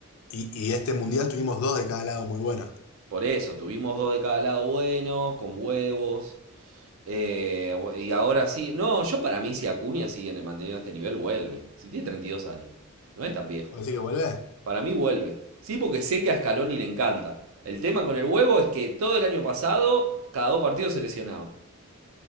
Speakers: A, on the left; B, on the right.
A: y, y este mundial tuvimos dos de cada lado muy buenos.
B: Por eso, tuvimos dos de cada lado buenos, con huevos. eh, bu- y ahora sí, no, yo para mí si Acuña sigue manteniendo este nivel, vuelve. Si tiene 32 años, no es tan viejo.
A: Así que volvé.
B: Para mí vuelve. Sí, porque sé que a Scaloni le encanta. El tema con el huevo es que todo el año pasado, cada dos partidos se lesionaba.